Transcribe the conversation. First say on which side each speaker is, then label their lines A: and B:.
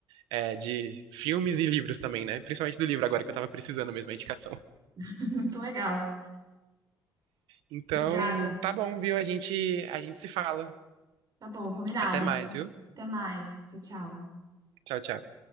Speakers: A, on the right; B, on the right.
A: é, de filmes e livros também, né? Principalmente do livro agora que eu tava precisando mesmo a indicação.
B: <laughs> Muito legal.
A: Então,
B: Obrigada.
A: tá bom, viu? A gente, a gente se fala.
B: Tá bom, combinado.
A: Até mais, viu?
B: Até mais. Tchau, tchau.
A: Tchau, tchau.